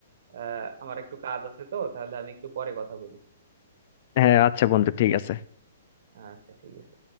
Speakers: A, on the right; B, on the left.
A: আহ আমার একটু কাজ আছে তো তাহলে আমি একটু পরে কথা বলি
B: হ্যাঁ আচ্ছা বন্ধু ঠিক আছে
A: আচ্ছা ঠিক আছে